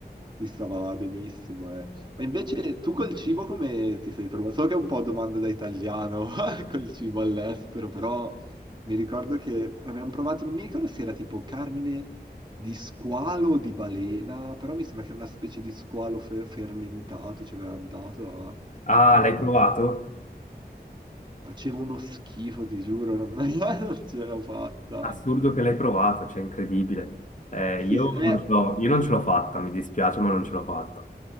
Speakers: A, on the right; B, on the left.
A: si stava benissimo. eh. Ma invece tu col cibo come ti sei trovato? So che è un po' domanda da italiano <laughs> col cibo all'estero, però mi ricordo che abbiamo provato, non mi ricordo se era tipo carne di squalo o di balena, però mi sembra che era una specie di squalo fer- fermentato, ci avevano dato a
B: Ah,
A: una...
B: l'hai provato?
A: Faceva uno schifo, ti giuro, non, <laughs> non ce l'ho fatta.
B: Assurdo che l'hai provato, cioè incredibile. Eh,
A: Sì,
B: io
A: eh,
B: non ce l'ho io non ce l'ho fatta, mi dispiace, ma non ce l'ho fatta.